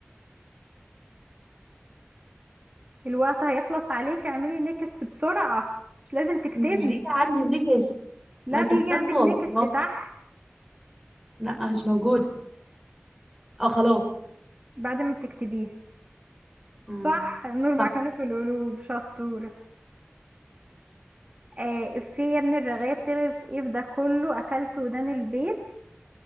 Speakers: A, on the right; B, in the centre.
A: الوقت هيخلص عليك اعملي نيكست بسرعة مش لازم تكتبي
B: مش بيجي عندي نجس
A: لا
B: ما
A: بيجي
B: كتبت
A: عندك
B: والله
A: نيكست تحت
B: لا مش موجودة اه خلاص
A: بعد ما بتكتبيه
B: مم.
A: صح النور
B: صح
A: مكانه في القلوب شطورة آه افيه يا ابن الرغاية بتعرف ايه في ده كله اكلت ودان البيت